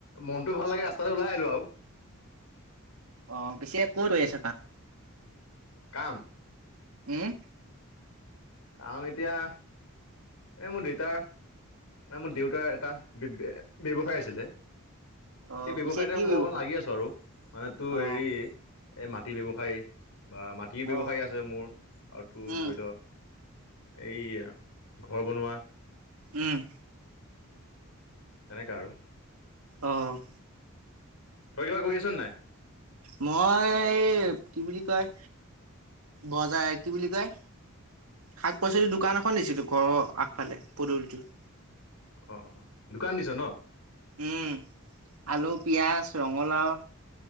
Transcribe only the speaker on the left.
মনটো ভাল লাগে ৰাস্তাতে ওলাই আহিলো আও।
কাম
কাম এতিয়া এই মোৰ দেউতাৰ মোৰ দেউতাৰ এটা ব্যৱসায় আছিলে সেই
ব্যৱসায়তে
মই
অকমান লাগি আছো আৰু, মানে তোৰ
হেৰি এই মাটি ব্যৱসায়ী বা মাটিৰ ব্যৱসায়ী
আছে মোৰ আৰু তোৰ
ধৰি ল এই ঘৰ বনোৱা
তেনেকা আৰু।
তই কিবা কৰি আছ নাই?
অ'। দোকান দিছ ন?